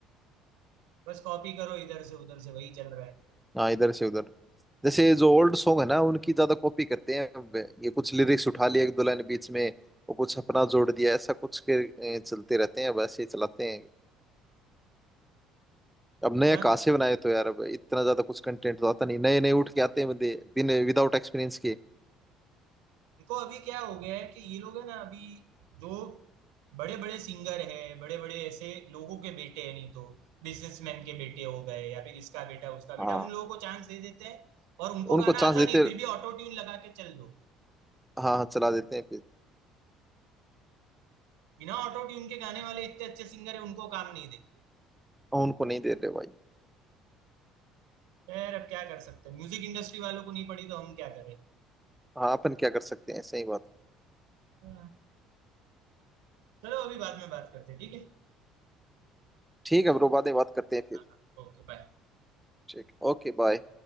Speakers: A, on the right; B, in the centre.
A: बस कॉपी करो इधर से उधर से वही चल रहा है
B: हाँ इधर से उधर जैसे जो ओल्ड सॉन्ग है ना उनकी ज्यादा कॉपी करते हैं अब ये कुछ लिरिक्स उठा लिए एक दो लाइन बीच में और कुछ अपना जोड़ दिया ऐसा कुछ के ए, चलते रहते हैं बस ये चलाते हैं अब
A: पुराना
B: नया कहाँ से बनाए तो यार अब इतना ज्यादा कुछ कंटेंट तो आता नहीं नए नए उठ के आते हैं बंदे बिन विदाउट एक्सपीरियंस के
A: इनको अभी क्या हो गया है कि ये लोग है ना अभी जो बड़े बड़े सिंगर हैं बड़े बड़े ऐसे लोगों के बेटे हैं नहीं तो बिजनेसमैन के बेटे हो गए या फिर इसका बेटा उसका बेटा
B: हाँ
A: उन लोगों को चांस दे देते हैं और उनको गाना
B: उनको चांस
A: आता
B: देते
A: नहीं है फिर भी ऑटो ट्यून लगा के चल दो
B: हाँ हाँ चला देते हैं फिर
A: बिना ऑटो ट्यून के गाने वाले इतने अच्छे सिंगर है उनको काम नहीं देते
B: और उनको नहीं दे रहे भाई
A: यार अब क्या कर सकते हैं म्यूजिक इंडस्ट्री वालों को नहीं पड़ी तो हम क्या करें
B: हाँ अपन क्या कर सकते हैं सही बात
A: हाँ, चलो अभी बाद में बात करते हैं ठीक है
B: ठीक है ब्रो बातें बात करते हैं फिर
A: हाँ हाँ ओके बाय
B: ठीक ओके बाय